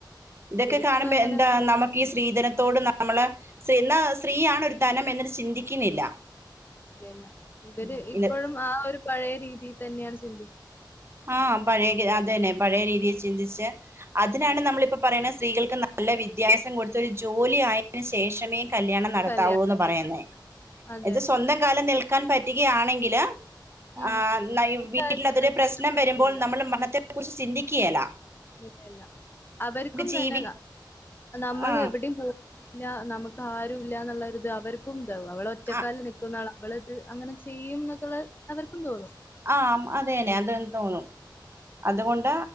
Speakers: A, on the right (about 35°); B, on the left (about 25°).
A: ഇതൊക്കെ
B: ശരിക്കും
A: കാണുമ്പോ
B: അങ്ങനെ
A: എന്താ
B: ഒരു
A: നമുക്ക് ഈ സ്ത്രീധന ത്തോട് നമ്മള് എന്ന സ്ത്രീയാണ് ഒരു ധനം എന്നത് ചിന്തിക്കുന്നില്ല
B: ഇല്ല ഇവര്
A: ഉം.
B: ഇപ്പോഴും
A: ഇന്ന-
B: ആ ഒരു പഴയ രീതി ഇത് തന്നെയാണ് ശരി
A: ആ പഴയ അതന്നെ പഴയ രീതിയിൽ ചിന്തിച്ച് അതിനാണ് നമ്മളിപ്പ
B: അതെ
A: പറയണ സ്ത്രീകൾക്ക് നല്ല വ്യധ്യസം കൊടുത്ത ഒരു ജോലി ആയതിന്ന് ശേഷമേ കല്യാണം നടത്താവൂന്ന്
B: കല്യാണം
A: പറയുന്നേ
B: കഴിക്കും അതെ
A: ഇത്
B: അതെ
A: സ്വന്തം കാലിൽ നിൽ <unintelligible> പറ്റിക്കുകയാണെങ്കില്ല്
B: ഉം
A: ആ
B: നമുക്ക്
A: വീട്ടിലതൊരു
B: ആരെയും
A: പ്രശ്ന വരുമ്പോൾ
B: തരത്തില്ല.
A: <unintelligible> അത്തെ കുറിച്ച് ചിന്തിക്കയല്ല
B: ഇല്ലല്ല അവർക്കും
A: ജീവി
B: തന്നെല്ല നമ്മൾ
A: ആ
B: എവിടെയും പോ ഇല്ല നമുക്ക് ആരും ഇല്ലന്നുള്ളരിത് അവർക്കും അവളെ ഒറ്റക്കാലിൽ
A: ആ
B: നിൽക്കുന്ന ആള ഇവളത് അങ്ങനെ ചെയ്യും എന്നൊക്കെയുള്ള അവർക്കും തോന്നും
A: ആ അതന്നെ അതെന്ന് തോന്നും അതുകൊണ്ട്